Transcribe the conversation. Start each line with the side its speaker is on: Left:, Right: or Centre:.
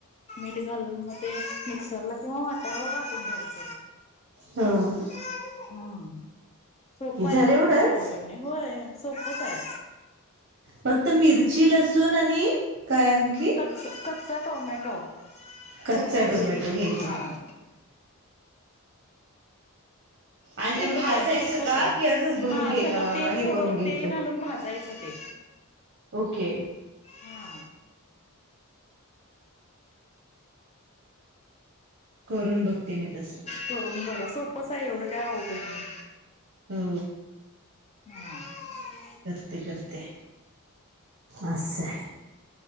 Left: मीठ घालून मग ते. मिक्सरला किंवा वाट्यावर वाटून घ्यायच.
Right: हो
Left: घ्यायच हम्म सोपं
Right: कि झालं
Left: आहे एवढं
Right: एवढंच
Left: काय अवघड नाही होय सोपच आहे
Right: फक्त मिरची लसूण आणि काय आणखी
Left: कत् कत्त टमॅटो
Right: कच्चा
Left: कोथंबीर
Right: टोमॅटो घ्यायचा
Left: ह ह
Right: आणि ते
Left: एवढंच
Right: भाजायचं
Left: आहे सोपच
Right: का
Left: आहे
Right: की असंच भरून
Left: हा
Right: घे
Left: सगळं तेल
Right: हे
Left: थोडं
Right: करून घ्यायचं
Left: तेल घालून भाजायचं ते
Right: ओके
Left: हा
Right: करून बघते मी तसं
Left: कररून बघं सोपंच आहे एवढं काय अवघड नाही
Right: हो
Left: हम्
Right: करते करते अससं